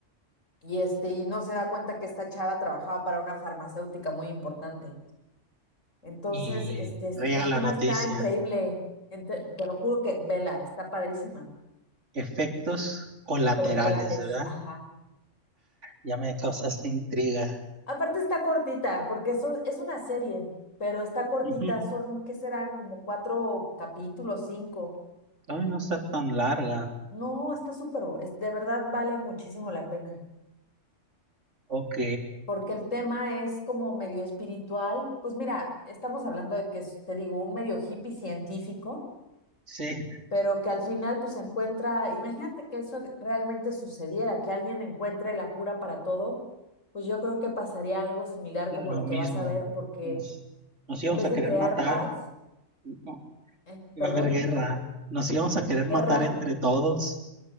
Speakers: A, on the left; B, on the right.
A: y este, y no se da cuenta que esta chava trabajaba para una farmacéutica muy importante. Entonces,
B: Y
A: este, este,
B: riega
A: el
B: la
A: tema
B: noticia.
A: está increíble. Ente- te lo juro que vela, está padrísima.
B: Efectos colaterales,
A: Colaterales,
B: ¿verdad?
A: ajá.
B: Ya me causaste intriga.
A: Aparte está cortita, porque eso es una serie, pero está cortita,
B: Ujú,
A: son, ¿qué serán? Como cuatro capítulos, cinco.
B: Ay, no está tan larga.
A: No, está súper, bu- es, de verdad vale muchísimo la pena,
B: Ok,
A: porque el tema es como medio espiritual. Pues mira, estamos hablando de que es, te digo, un medio hippie científico
B: sí,
A: pero que al final pues encuentra, imagínate que eso realmente sucediera, que alguien encuentre la cura para todo, pues yo creo que pasaría algo similar
B: lo
A: como lo que
B: mismo.
A: vas a ver, porque
B: Nos, nos íbamos
A: en vez
B: a
A: de
B: querer
A: crear
B: matar.
A: paz,
B: No,
A: eh,
B: iba
A: perdón,
B: a haber guerra. Nos íbamos a querer
A: guerra.
B: matar entre todos.